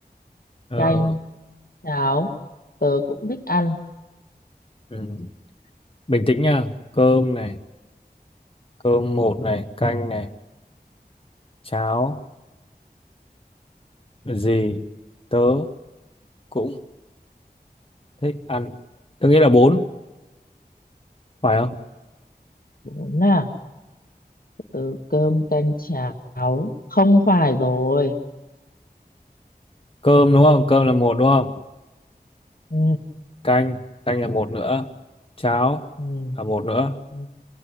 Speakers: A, on the left; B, on the left.
A: ờ,
B: Canh, cháo, tớ cũng thích ăn.
A: ừ. bình tĩnh nha cơm này cơm một này canh này cháo gì tớ cũng thích ăn tớ nghĩ là bốn phải không
B: Bốn à? Từ cơm, canh, cháo. Không phải rồi.
A: cơm đúng không cơm là một đúng không
B: Ừ,
A: canh canh là một nữa cháo
B: ừ,
A: là một nữa
B: ừ,